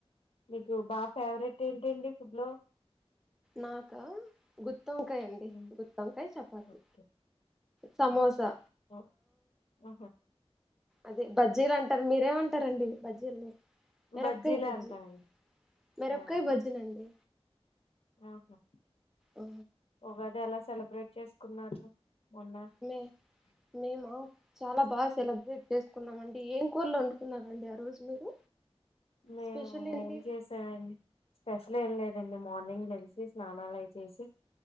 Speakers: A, on the left; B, in the centre.
A: మీకు బాగా ఫేవరెట్ ఏంటి ఏంటి ఫుడ్లో
B: నాకా గు గుత్తవంకాయ అండి.
A: ఉమ్.
B: గుత్తి వంకాయ, చపాతి
A: ఓకే
B: సమోసా.
A: ఓకే ఓ ఆహా
B: అదే బజ్జీలు అంటారు. మీరేమంటారండి బజ్జీల్ని మిరపకాయ్
A: బజ్జీలే
B: బజ్జీ
A: అంటానండి
B: మిరపకాయ్
A: ఆ
B: బజ్జీలండీ
A: ఆహా
B: ఆ,
A: ఉగాది అలా సెలబ్రేట్ చేసుకున్నారు. మొన్న
B: మే మేము చాలా బాగా సెలబ్రేట్ చేసుకున్నామండి. ఏం కూరలు వండుకున్నారండి. ఆ రోజు మీరు
A: మేము
B: స్పెషల్ ఏంటి
A: ఏం చేసామండి స్పెషల్ ఏం లేదు అండి మార్నింగ్ లేసి స్నానాలయి చేేసి